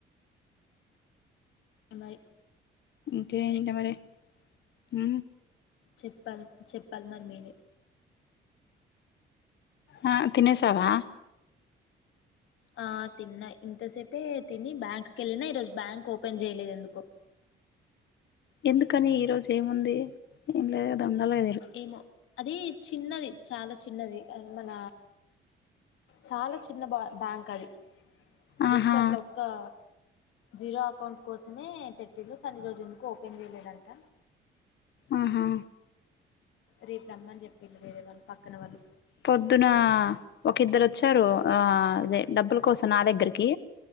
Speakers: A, on the left (about 80°); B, on the left (about 60°).
A: బై
B: ఇకేంటి మరి హు
A: చెప్పాలి చెప్పాలి మరి మీరే
B: ఆ తినేసావా
A: ఆ తిన్నా ఇంతసేపే తిని బ్యాంక్కి ఏళ్ళిన ఈరోజు బ్యాంక్ ఓపెన్ చేయలేదు ఎందుకో
B: ఎందుకని ఈరోజు ఏముంది ఏం లేదుగా ఉండాలే
A: ఏమో అది చిన్నది చాలా చిన్నది మన చాలా చిన్న బా బ్యాంక్ అది
B: ఆహా
A: జస్ట్ అట్లా కా జీరో అకౌంట్ కోసమే పెట్టిళ్ళు కానీ రోజు ఎందుకో ఓపెన్ చేయలేదంట
B: ఆహా
A: రేపు రమ్మని చెప్పిరూ వేరే వాళ్ళు పక్కన వాళ్ళు
B: పొద్దున ఒక ఇద్దరోచ్చారు ఆ అదే డబ్బుల కోసం నా దగ్గరికి